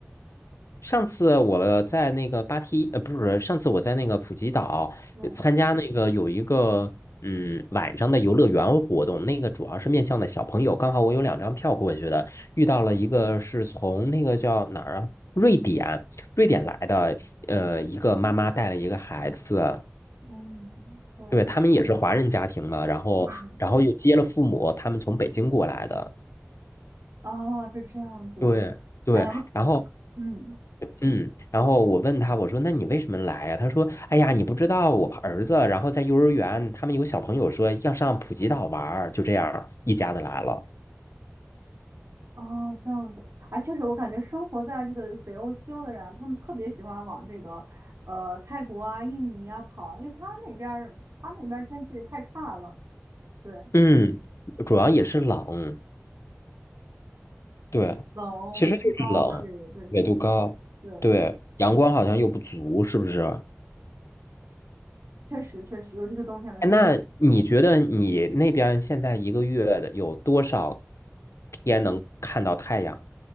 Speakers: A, on the left; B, on the right.
A: 上次我在那个芭提，呃，不是，上次我在那个普吉岛呃参加那个有一个嗯晚上的游乐园活动，
B: 对，
A: 那个主要是面向的小朋友，刚好我有两张票过去的，遇到了一个是从那个叫哪儿啊，瑞典，瑞典来的，呃，一个妈妈带了一个孩子，
B: 嗯，对，
A: 对，他们也是华人家庭嘛，然后然后又接了父母，
B: 嗯，
A: 他们从北京过来的，
B: 哦，是这样子。
A: 对。对，
B: 哎呀，
A: 然后
B: 嗯，
A: 嗯，然后我问他，我说：“那你为什么来呀？”他说：“哎呀，你不知道，我儿子，然后在幼儿园，他们有小朋友说要上普吉岛玩儿，就这样一家子来了。
B: 哦，这样子。哎，确实，我感觉生活在这个北欧西欧的人啊，他们特别喜欢往这个呃泰国啊、印尼啊跑，因为他们那边儿他们那边儿天气太差了，对，
A: 嗯，主要也是冷，对，
B: 冷，
A: 其实就是冷，
B: 纬度高，对对是的，
A: 纬度高，
B: 对，
A: 对，阳光好像又不足，是不是？
B: 确实确实，尤其是冬天的时候。
A: 哎那你觉得你那边儿现在一个月的有多少天能看到太阳？